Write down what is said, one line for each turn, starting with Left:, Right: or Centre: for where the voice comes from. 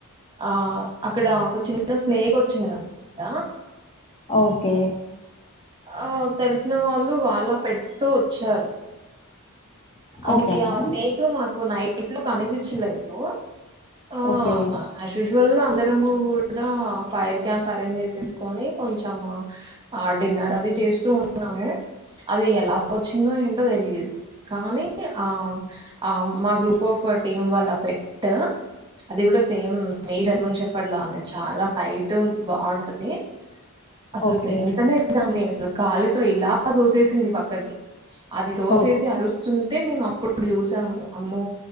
Right: ఆ అక్కడ ఒక చిన్న స్నేక్ వచ్చింది అనమాట
Left: ఓకే
Right: ఆ తెలిసిన వాళ్ళు వాళ్ళ పెట్స్ తో వచ్చారు అది
Left: ఓకే మ్యామ్
Right: ఆ స్నేక్ మాకు నైట్ ఇట్లు కనిపించలేవు ఆ
Left: ఓకే
Right: అశుశొ ల్ అందరము కూడా ఫైర్ క్యాంప్ అరేంజ్ చేసేసుకొని కొంచెం ఆ డిన్నర్ అది చేస్తూ ఉన్నాము అది ఎలా వచ్చిందో ఏంటో తెలిదు కానీ ఆ ఆ మా గ్రూప్ ఆఫ్ టీమ్ వాళ్ళ పెట్్ అది కూడా సేమ్ మేజర్మెం చెప్పర్ లాగా చాలా హైట్ బాగుంటది అసలు
Left: ఓకే
Right: బెంటంనే దానిసలు కాలితో ఇలా దూసేసింది పక్కకి అది దోసేసి
Left: ఓ
Right: అరుస్తుంది అంటే మేము అప్పటినుండి చూసాము అమ్మో